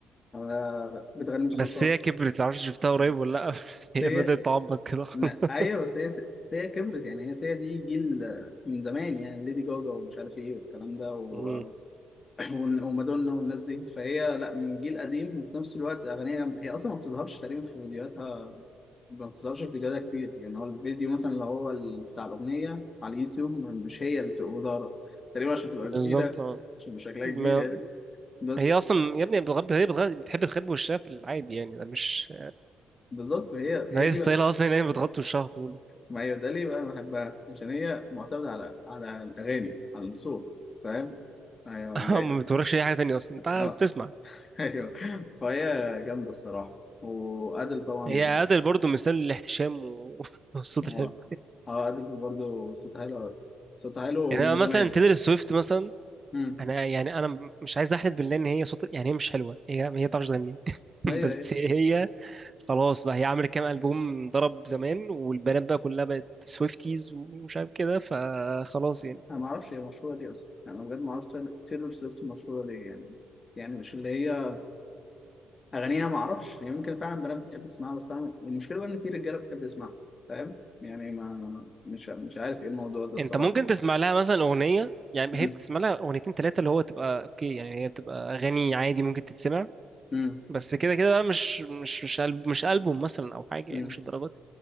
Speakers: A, on the left; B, on the right.
A: انا بتغني بصوتها
B: بس هي كبرت معرفش شفتها قريب ولا لا <laughs> بس هي
A: سيا
B: بدات تعبط كده خلاص
A: ما... ايوه بس هي سيا سيا كبرت يعني هي سيا دي جيل من زمان يعني ليدي جوجا ومش عارف ايه والكلام ده و...
B: مم.
A: <clears throat> ون- ومادونا والناس دي فهي لا من جيل قديم وفي نفس الوقت اغانيها جامدة. هي اصلا ما بتظهرش تقريبا في فيديوهاتها ما بتظهرش في فيديوهاتها كتير يعني هو الفيديو مثلا اللي هو ال- بتاع الاغنيه على اليوتيوب م- مش هي اللي بتبقى ظاهره تقريبا عشان تبقى
B: بالظبط
A: كبيره
B: اه
A: عشان شكلها
B: ما
A: كبير يعني بس
B: هي اصلا يا ابني بتغب... هي بتغ... بتحب تخبي وشها في العادي يعني ده مش
A: بالظبط وهي هي
B: ده هي
A: دي
B: ستايلها
A: بقى
B: اصلا ان هي بتغطي وشها كله
A: ما هي ده ليه بقى انا بحبها عشان هي معتمده على على الاغاني على الصوت فاهم ايوه
B: <laughs>
A: باين
B: ما بتوريكش اي حاجه تانية اصلا انت
A: اه
B: بتسمع
A: <laughs> ايوه فهي جامده الصراحه وادل طبعا
B: هي عادل برضو مثال للاحتشام و- <laughs> والصوت
A: اه
B: الحلو
A: اه ادل برضه صوتها حلو صوتها حلو
B: يعني
A: من
B: انا مثلا
A: زمان
B: تيلر سويفت مثلا
A: امم
B: انا يعني انا مش عايز احلف بالله ان هي صوت يعني هي مش حلوه هي هي ما بتعرفش تغني <laughs>
A: ايوه
B: بس
A: ايوه
B: هي خلاص بقى هي عملت كام البوم ضرب زمان والبنات بقى كلها بقت سويفتيز ومش عارف كده فخلاص يعني
A: انا ما اعرفش هي مشهوره ليه اصلا يعني انا بجد ما اعرفش تايلور سويفت مشهوره ليه يعني يعني مش اللي هي اغانيها ما اعرفش يعني ممكن فعلا بنات بتحب تسمعها بس انا المشكله بقى ان في رجاله بتحب تسمعها فاهم يعني ما مش مش عارف ايه الموضوع ده الصراحه
B: انت ممكن تسمع لها مثلا اغنيه يعني
A: امم
B: هي بتسمع لها اغنيتين ثلاثه اللي هو تبقى اوكي يعني هي بتبقى اغاني عادي ممكن تتسمع
A: امم
B: بس كده كده بقى مش مش مش ألب- مش البوم مثلا او حاجه
A: امم
B: يعني مش الدرجات